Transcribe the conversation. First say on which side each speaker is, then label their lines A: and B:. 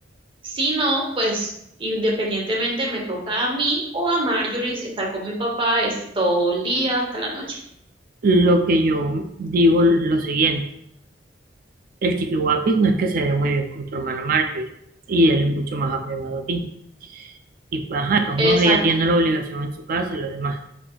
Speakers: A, on the right; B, on the right.
A: Si no, pues independientemente me toca a mí o a Marjorie estar con mi papá es todo el día hasta la noche.
B: Lo que yo digo es lo siguiente, el Chiqui guapis no es que se dé muy bien con tu hermana Marjorie y él es mucho más apegado a ti. Y pues, ajá, de todos
A: Exacto.
B: modos ella tiene la obligación en su casa y lo demás.